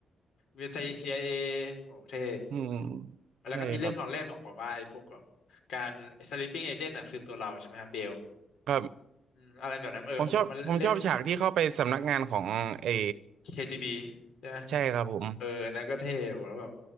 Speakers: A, on the left; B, on the right.
A: มีซีไอ i อโอ้เท่
B: อืม
A: แล้วก็มีเรื่องของเล่นของแบบว่าไอ้พวกแบบการ
B: ใช่ครับ
A: sleeping agent อ่ะคือตัวเราใช่ไหมฮะเบล
B: ครับ
A: อืมอะไรแบบนั้นเออผมว่ามันเล่นถูก
B: ผมชอบผมชอบฉากที่เข้าไปสำนักงานของเออ
A: KGB ใช่ไหม
B: ใช่ครับผม
A: เอออันนั้นก็เท่โหแล้วแบบ